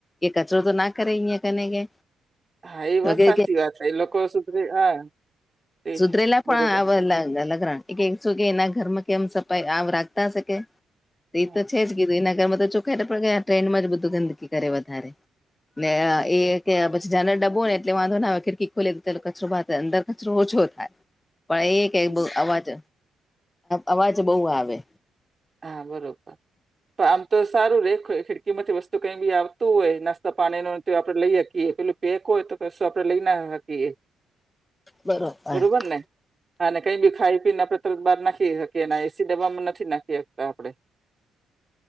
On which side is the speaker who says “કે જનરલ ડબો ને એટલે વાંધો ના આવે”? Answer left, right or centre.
Left